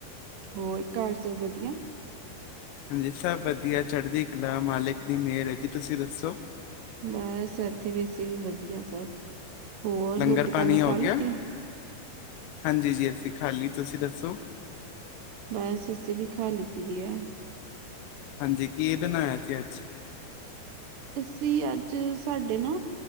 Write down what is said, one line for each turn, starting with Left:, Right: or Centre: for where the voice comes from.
Right: ਹੋਰ ਘਰ ਸਭ ਵਧੀਆ।
Left: ਹਾਂਜੀ ਸਭ ਵਧੀਆ, ਚੜ੍ਹਦੀ ਕਲਾ ਮਾਲਿਕ ਦੀ ਮਿਹਰ ਹੈ ਜੀ ਤੁਸੀਂ ਦੱਸੋ।
Right: ਬੱਸ, ਇੱਥੇ ਵੀ ਅਸੀ ਵਧੀਆ ਸਭ, ਹੋਰ
Left: ਲੰਗਰ
Right: ਰੋਟੀ ਪਾਣੀ ਖਾ
Left: ਹੋ
Right: ਲਿੱਤੀ।
Left: ਗਿਆ ਹਾਂਜੀ ਜੀ ਅਸੀਂ ਖਾ ਲਈ ਤੁਸੀਂ ਦੱਸੋ।
Right: ਬੱਸ ਅਸੀ ਵੀ ਖਾ ਲਿੱਤੀ ਦੀ ਵਾ।
Left: ਹਾਂਜੀ ਕੀ ਇਹ ਬਣਾਇਆ ਸੀ ਅੱਜ।
Right: ਅਸੀਂ ਅੱਜ ਸਾਡੇ ਨਾ